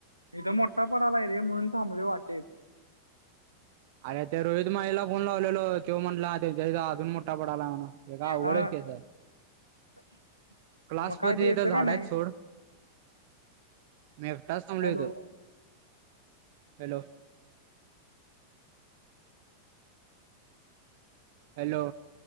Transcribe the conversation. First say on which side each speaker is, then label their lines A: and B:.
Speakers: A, on the right; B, on the right.
A: इथं मोठा पडलाय रे.. म्हणून थांबलोय वाटेेत.
B: अरे त्या रोहित मानेला फोन लावलेलो त्यो म्हटला त्याज्या आईला अजून मग पडला म्हण.. हे काय अवघडच
A: हा
B: आहे की ह्याज
A: <inaudible>
B: क्लासमध्ये
A: ते येतं
B: इथं झाड
A: का नाही
B: आहेत सोड मी एकटा थांबलो
A: हॅलो
B: इथ.. हॅलो! हॅलो!